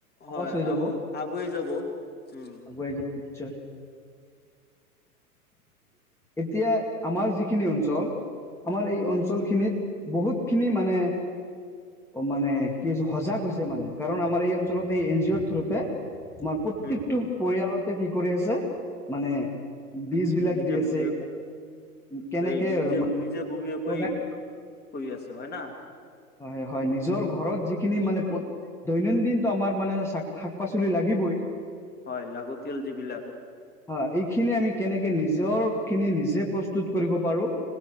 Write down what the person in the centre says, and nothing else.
সহজ হৈ
যাব,
আগুৱাই যাব নেক নিশ্চয় এতিয়া আমাৰ যিখিনি অঞ্চল। আমাৰ এই অঞ্চল খিনিত বহুত খিনি মানে, অ' মানে কি হৈছে সজাগ হৈছে মানুহ কাৰণ আমাৰ এই অঞ্চলত এই এন জি অ'ৰ থ্ৰোতে। আমাৰ প্ৰত্যেকটো
পৰিয়ালতে কি কৰি আছে? মানে, বীজ বিলাক
দি আছে।
কেনেকে
<unintelligible>
হয় হয়, নিজৰ ঘৰত যিখিনি মানে দৈনন্দিনটো আমাৰ মানে শাক-পাচলি লাগিবই।
অ', এইখিনি আমি কেনেকে নিজৰ খিনি নিজে প্ৰস্তুত কৰিব পাৰোঁ,